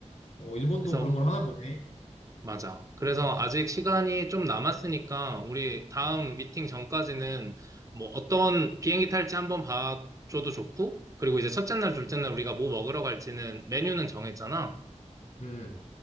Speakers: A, on the left; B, on the right.
A: 어, 일본도
B: 그래서,
A: 그런 걸 하나 보네.
B: 맞아. 그래서 아직 시간이 좀 남았으니까, 우리 다음 미팅 전까지는 뭐 어떤 비행기 탈지 한번 봐줘도 좋고, 그리고 이제 첫째 날, 둘째 날 우리가 뭐 먹으러 갈지는 메뉴는 정했잖아.
A: 음,